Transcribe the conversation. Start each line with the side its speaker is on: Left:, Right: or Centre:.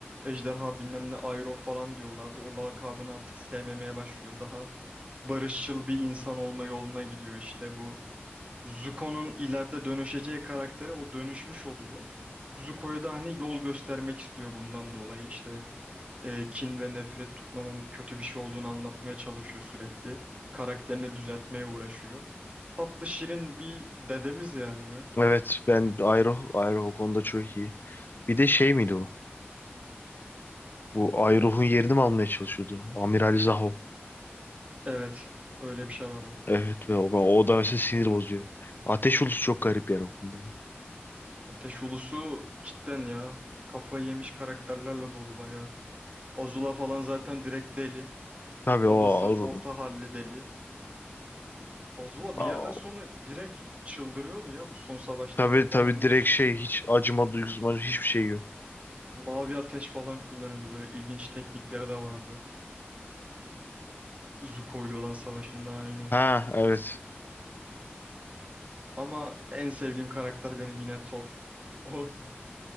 Right: ejderha bilmem ne Iroh falan diyorlardı. O lakabını artık sevmemeye başlıyor. Daha barışçıl bir insan olma yoluna gidiyor işte bu Zuko'nun ileride dönüşeceği karaktere o dönüşmüş oluyor. Zuko'ya da hani yol göstermek istiyor bundan dolayı. İşte e, kin ve nefret tutmanın kötü bir şey olduğunu anlatmaya çalışıyor sürekli. Karakterini düzeltmeye uğraşıyor. Tatlı şirin bir dedemiz yani ya.
Left: Evet, ben Ayruh, Ayruh o konuda çok iyi. Bir de şey miydi o? Bu Ayruh'un yerini mi almaya çalışıyordu? Amiral Zaho.
Right: Evet, öyle bir şey vardı.
Left: Evet ve o, o da mesela sinir bozuyor. Ateş Ulusu çok garip yer o konuda. yani.
Right: Ateş Ulusu cidden ya. Kafayı yemiş karakterlerle dolu bayağı. Azula falan zaten direkt deli.
Left: Tabii
Right: Babası
Left: o ağır.
Right: orta halli deli. Azula
Left: Aa,
Right: bir yerden sonra direkt çıldırıyordu ya bu son savaşlarında
Left: tabii
Right: falan
Left: tabii
Right: hani
Left: direkt şey hiç acıma duygusu macı- hiçbir şey yok.
Right: mavi ateş falan kullanıyordu böyle ilginç teknikleri de vardı. Zuko ile olan savaşında aynen.
Left: Ha evet.
Right: Ama en sevdiğim karakter benim yine Toph. <laughs> O